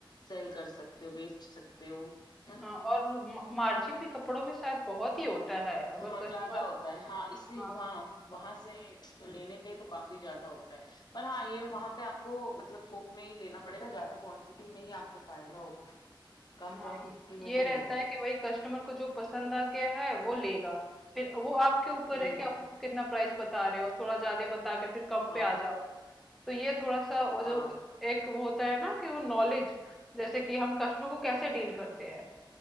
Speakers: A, on the left; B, in the centre.
A: सेल कर सकते हो बेच सकते हो है ना
B: हाँ और मा मार्जिन भी कपड़ों में शायद बहुत ही होता है, अगर
A: वहाँ
B: कस्टमर
A: ज्यादा
B: को
A: होता है हाँ इसी
B: हाँ,
A: हाँ वहां से तो लेने पे तो काफी ज्यादा होता है पर हाँ ये वहां पे आपको मतलब थोक में ही लेना पड़ेगा ज्यादा क्वांटिटी में ही आपको फायदा होगा कम
B: हाँ,
A: क्वांटिटी
B: ये
A: में
B: ये
A: तो नहीं
B: रहता
A: होगा
B: है कि भाई कस्टमर को जो पसंद आ गया है वो लेगा, फिर वो आपके ऊपर
A: हम्म
B: है कि आप उसको कितना प्राइस बता रहे हो, थोड़ा ज़्यादा बता के फिर कम
A: हाँ
B: पे आ जाओ, तो ये थोड़ा-सा वो
A: हाँ
B: जो एक वो होता है ना कि वो नॉलेज जैसे कि हम कस्टमर को कैसे डील करते हैं।